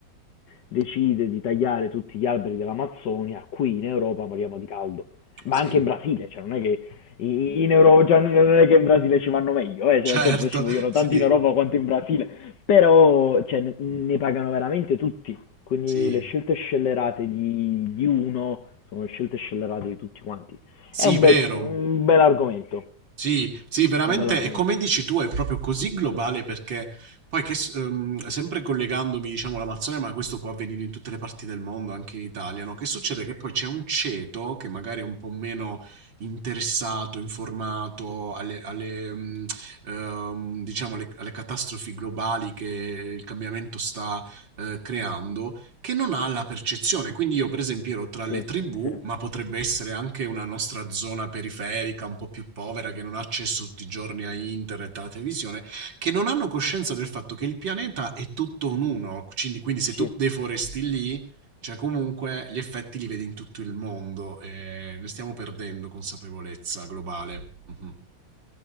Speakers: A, on the left; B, on the right.
A: decide di tagliare tutti gli alberi dell'Amazzonia, qui in Europa moriamo di caldo. Ma
B: sì,
A: anche in Brasile, cioè non è che i- in Europa, già non è che in Brasile ci vanno meglio, eh, cioè
B: certo,
A: nel senso ci vogliono
B: sì,
A: tanti in Europa quanto in Brasile, però cioè, ne ne pagano veramente tutti. Quindi
B: sì,
A: le scelte scellerate di, di uno sono le scelte scellerate di tutti quanti.
B: sì,
A: È un
B: vero.
A: bel, un bel argomento,
B: Sì, sì, veramente,
A: è un bel argomento.
B: e come dici tu, è proprio così globale perché poi che, s- ehm, sempre collegandomi, diciamo, all'Amazzonia, ma questo può avvenire in tutte le parti del mondo, anche in Italia, no? Che succede? Che poi c'è un ceto che magari è un po' meno interessato, informato alle, alle, ehm, ehm, diciamo, alle, alle catastrofi globali che il cambiamento sta eh, creando che non ha la percezione. Quindi io per esempio ero tra le
A: Sì,
B: tribù,
A: sì,
B: ma potrebbe essere anche una nostra zona periferica, un po' più povera, che non ha accesso tutti i giorni a internet, alla televisione, che non hanno coscienza del fatto che il pianeta è tutto un uno. Quindi, quindi se tu
A: sì.
B: deforesti lì, cioè comunque gli effetti li vedi in tutto il mondo e ne stiamo perdendo consapevolezza globale. Mhm.